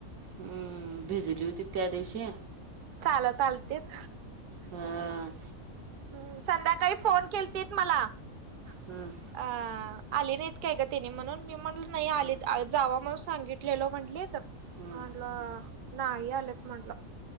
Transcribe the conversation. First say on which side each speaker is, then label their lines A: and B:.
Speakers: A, on the right; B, on the right.
A: हम्म भिजलीवतीत त्या दिवशी.
B: चालत आललीत.
A: हा.
B: हम्म संध्याकाळी फोन केलतीत मला.
A: हं
B: अ आली नाहीत काय ग? तेनी म्हणून मी म्हणल नाही आलीत
A: हं
B: जावा म्हणून सांगितलेल म्हणलीत.
A: हं
B: म्हणलं
A: हं
B: नाही आलेत म्हटलं.